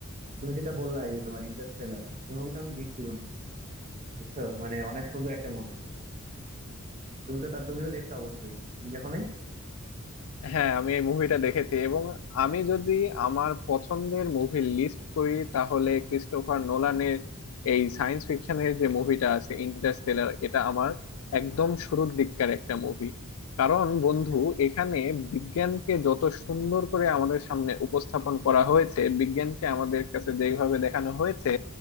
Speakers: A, on the right; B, on the left.
A: তুমি যেটা বললা এই যে তোমার ইন্টারস্টেলার এই মুভিটা আমি দেখছি বন্ধু বুঝছো মানে অনেক সুন্দর একটা মুভি তুমি তো তাহলে তুমি তো দেখছো অবশ্যই তুমি দেখো নাই
B: হ্যাঁ আমি এই মুভিটা দেখেছি এবং আমি যদি আমার পছন্দের মুভি লিস্ট করি তাহলে ক্রিস্টোফার নোলানের এই সায়েন্স ফিকশনের যে মুভিটা আছে ইন্টারস্টেলার এটা আমার একদম শুরুর দিককার একটা মুভি কারণ বন্ধু এখানে বিজ্ঞানকে যত সুন্দর করে আমাদের সামনে উপস্থাপন করা হয়েছে বিজ্ঞানকে আমাদের কাছে যেভাবে দেখানো হয়েছে